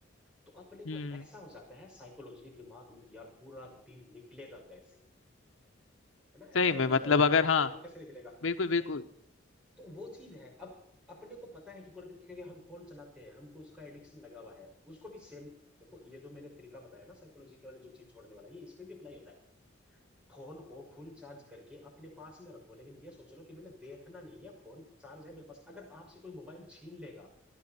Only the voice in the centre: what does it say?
तो अपने को
ऐसा हो जाता है साइकोलॉजिकली दिमाग में कि यार पूरा दिन निकलेगा कैसे है ना
ऐसा नहीं
हो
जाता
कि
पूरा दिन कैसे निकलेगा
तो तो वो चीज है अब अपने को पता है कि पूरे दिन क्योंकि हम फोन चलाते हैं हमको उसका एडिक्शन लगा हुआ है उसको भी सेम देखो ये जो मैंने तरीका बताया ना साइकोलॉजी के वाले जो चीज छोड़ने वाला ये इस पे भी अप्लाई होता है फोन को फुल चार्ज करके अपने पास में रखो लेकिन ये सोच लो कि मैंने देखना नहीं है फोन चार्ज है मेरे पास अगर आपसे कोई मोबाइल छीन लेगा